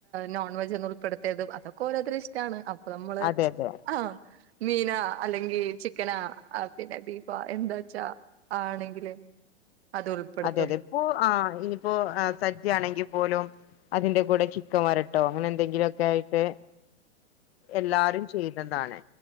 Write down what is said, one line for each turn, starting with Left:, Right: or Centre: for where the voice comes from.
Right: നോൺ വെജെന്നും ഉൾപ്പെടുത്തിയത് അതൊക്കെ ഓരോരുത്തരുടെ ഇഷ്ടാണ് അപ്പോ നമ്മള്
Left: അതെ അതെ
Right: ആഹ് മീനോ അല്ലെങ്കിൽ ചിക്കനാ പിന്നെ ബീഫാ എന്താച്ചാ ആണെങ്കില് അത് ഉൾപ്പെടുത്തും
Left: അതെ അതെ ഇപ്പോ ആഇനിയിപ്പോ സദ്യ ആണെങ്കിൽ പോലും അതിന്റെ കൂടെ ചിക്കൻ വരട്ടോ അങ്ങനെ എന്തെങ്കിലും ക്കെയായിട്ട് എല്ലാരും ചെയ്യുന്നതാണ്